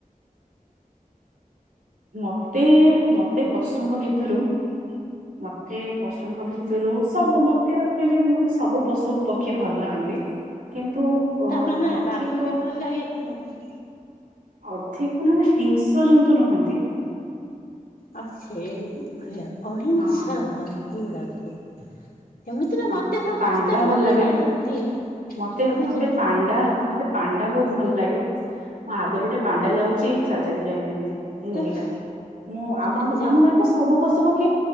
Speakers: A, on the right; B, on the left.
A: ମତେ ମତେ ପଶୁଙ୍କ ଭିତରୁ ମତେ ପଶୁଙ୍କ ଭିତରୁ ସବୁ ମତେ ଆକଚୁଏଲି ମତେ ସବୁ ପଶୁ ପକ୍ଷୀ ଭଲ ଲାଗନ୍ତି କିନ୍ତୁ ଅ
B: ତା ମାନେ
A: ଅଧିକ
B: ବାଘ ବି ଭଲ ଲାଗେ ତମକୁ?
A: ଅଧିକ ନ ହିଂସ୍ର ଜନ୍ତୁ ନୁହଁନ୍ତି।
B: ଆଉ ସେଇ ଭଳିଆ ଅହିଂଶା
A: ହଁ
B: ଜନ୍ତୁ ଗୁଡ଼ାକୁ। ସେମିତି ରେ
A: ହଁ
B: ମତେ ସମସ୍ତେ
A: ପାଣ୍ଡା
B: ଭଲ
A: ଲାଗେ
B: ଲାଗନ୍ତି
A: ମତେ
B: ତମେ
A: ମତେ ପାଣ୍ଡା ମତେ ପାଣ୍ଡା ବହୁତ ଭଲ ଲାଗେ ମୋ ଆଗରେ ଗୋଟେ ପାଣ୍ଡା ଯାଉଚି ଚାଲିଚାଲିକା ଏମତି ଏମିତି। ହେଇ
B: ତମେ
A: ହେଇକରି ମୁଁ ଆମ
B: ଆଚ୍ଛା
A: ଆମ ଗ ସବୁ ପଶୁ ପକ୍ଷୀ